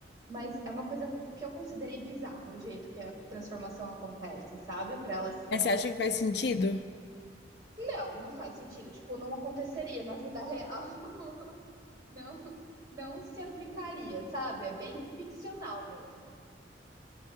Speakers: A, on the right; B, on the left.
A: mas é uma coisa que eu considerei bizarra, o jeito que a transformação acontece, sabe? Para elas,
B: Mas você acha que faz sentido?
A: não, não faz sentido, tipo, não aconteceria na vida real, <laughs> não, não se aplicaria, sabe? É bem ficcional mesmo.